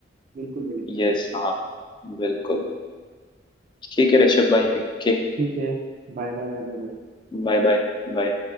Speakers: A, on the right; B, on the left.
A: बिल्कुल मिलेंगे हम
B: यस
A: लोग
B: हाँ बिल्कुल ठीक है ऋषभ भाई ओके
A: ठीक है Bye bye bye bye
B: Bye bye bye